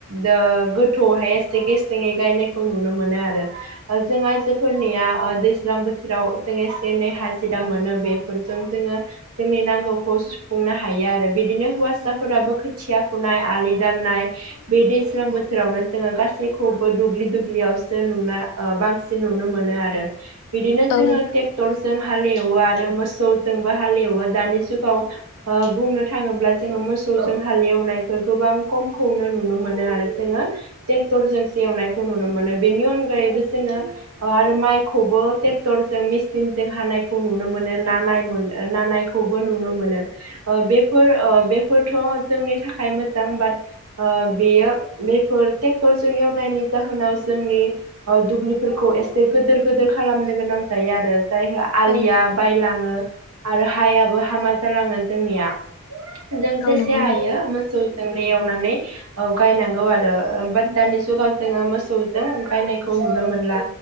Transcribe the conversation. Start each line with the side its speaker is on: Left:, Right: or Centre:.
Right: दा गोथौआवहाय एसे गेसेङै गायनायखौ नुनो मोनो आरो। ओ जों आइजोफोरनिया ओ दैज्लां बोथोराव जों एसे एनै हाजिरा मोनो बे फोरजों जोंङो जोंनि नांगौखौ सुफुंनो हायो आरो बिदिनो हौवासाफोराबो खोथिया फुनाय आलि दाननाय बे दैज्लां बोथोरावनो जोंङो गासैखौबो दुब्लि दुब्लियावसो नुना ओ बांसिन नुनो मोनो आरो बिदिनो जोंङो
Left: औ नोंथां
Right: ट्रेक्टरजों हालेवो आरो मोसौजोंबो हालेवो दानि जुगाव ओ बुंनो थाङोब्ला जोंङो मोसौजों हालेवनायखौ गोबां खमखौनो नुनो मोनो आरो जोंङो ट्रेक्टरजोंसो एवनायखौ नुनो मोनो बेनि अनगायैबो जोंङो ओ आरो माइखौबो ट्रेक्टर जों मेसिनजों हानायखौ नुनो मोनो ना नायमोन ना नाय खौबो नुनो मोनो ओ बेफोर ओ बेफोरथ' जोंनि थाखाय मोजां बाट ओ बेयो बेफोर ट्रेक्टरजों एवनायनि जाहोना जोंनि ओ दुब्लिफोरखौ एसे से गोदोर गोदोर खालामनो गोनां जायो आरो जायहा आलिया
Left: औ
Right: बायलाङो आरो हायाबो हामा जालाङो जोंनिया जों
Left: औ
Right: जेसे
Left: नंगौ नोंथां
Right: हायो मोसौ जोंनो एवनानै ओ गायनांगौ आरो बाट दानि जुगाव जोंङो मोसौजों गायनाय खौ नुनो मोनला